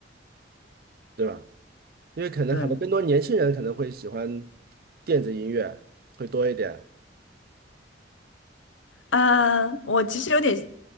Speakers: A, on the right (about 50°); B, on the left (about 85°).
A: 对吧？因为可能很多更多年轻人可能会喜欢
B: 对，
A: 电子音乐会多一点，
B: 呃，我其实有点